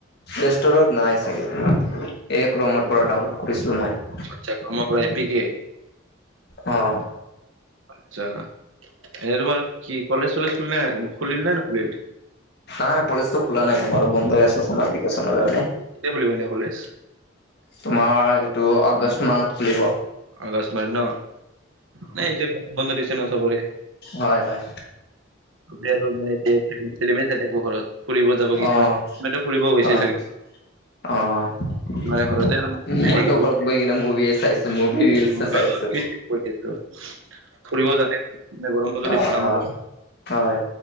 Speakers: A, on the left; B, on the right.
A: প্লে ষ্টৰত নাই চাগে তুমাৰ এই ক্ৰমৰ পৰা ডাউনলোড কৰিছিলো মই।
B: আচ্ছা <unintelligible> পৰা এপিকে
A: অ'।
B: আচ্ছা এনে তোমাৰ কি কলেজ চলেজ খুলিলে নাই খুলিল নাই নুখুলিল?
A: নাই কলেজ তো খোল নাই তোমাৰো বন্ধই আছে ছামাৰ বিকাচনৰ
B: হয়
A: কাৰণে।
B: নেকি? কেতিয়া খুলিব এনে কলেজ?
A: তোমাৰ এইটো আগষ্ট
B: উম
A: মানত খুলিব অ'।
B: আগষ্ট মানত ন নে এতিয়া বন্ধ দিছে ন' চবৰে।
A: হয়, হয়।
B: <unintelligible> চাই থাকিব ঘৰত ফুৰিব যাব কিছুমান,
A: অ'
B: কিমানো ফুৰিব গৈছে
A: হয়
B: চাগে।
A: অ'।
B: কিছুমানে
A: মইতু
B: ঘৰতে আৰু মোবাইল চাই থাকিব
A: ঘৰত বহি কেনে মুভি চাইছো মভিৰ ৰিল্চে
B: মই
A: চাইছো।
B: কৰি আছো ফুৰিবও জানে নে গৰমত যদি
A: অ'
B: আমাৰ
A: হয়।